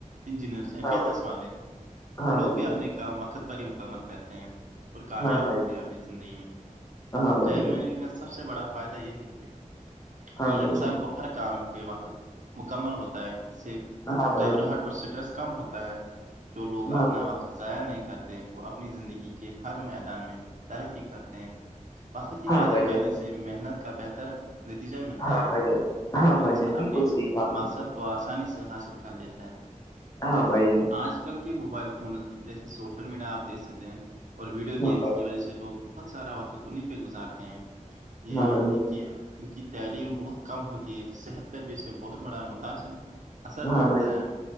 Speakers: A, on the right; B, on the left.
A: انجینئرس ہیں
B: ہاں
A: بزنس
B: بھائی
A: والے
B: ہاں
A: لوگ
B: بھائی
A: بھی
B: جان
A: اپنے کام وقت پر ہی مکمل کرتے ہیں اور کامیاب
B: ہاں بھائی
A: ہوتے ہیں اپنی زندگی میں
B: ہاں بھائی
A: ٹائم
B: جان
A: مینجن کا سب سے بڑا فائدہ یہ ہے کہ
B: ہاں
A: یہ
B: بھائی
A: انسان
B: جان
A: کو ہر کام کے وقت مکمل ہوتا ہے اس سے
B: ہاں بھائی
A: گھبراہٹ
B: جان
A: اور اسٹریس کم ہوتا ہے جو لوگ اپنا
B: ہاں بھائی
A: وقت ضائع نہیں کرتے وہ اپنی زندگی کے ہر میدان میں ترقی کرتے ہیں وقت کی
B: ہاں
A: قدر
B: بھائی
A: کرنے
B: جان
A: سے محنت کا بہتر نتیجا ملتا
B: ہاں
A: ہے
B: بھائی جان ہاں
A: اور
B: بھائی
A: انسان
B: جان بالکل
A: اپنے
B: صحیح کہا آپ
A: مقصد
B: نے
A: کو آسانی سے حاصل کر لیتے ہیں
B: ہاں بھائی ج
A: آج کل کے موبائل فون جیسے سوشل میڈیا آپ دیکھ سکتے ہیں اور ویڈیو
B: ہاں
A: گیمس
B: بھائی
A: کی وجہ سے لوگ بہت سارا وقت انیں پہ گزارتے ہیں
B: جان
A: یہ
B: ہاں بھائی
A: ان کی ان کی تعلیم بہت کم ہوتی ہے صحت پر بھی اسے بہت بڑا متاثر اثر
B: ہاں
A: پڑتا
B: بھائی جان
A: ہے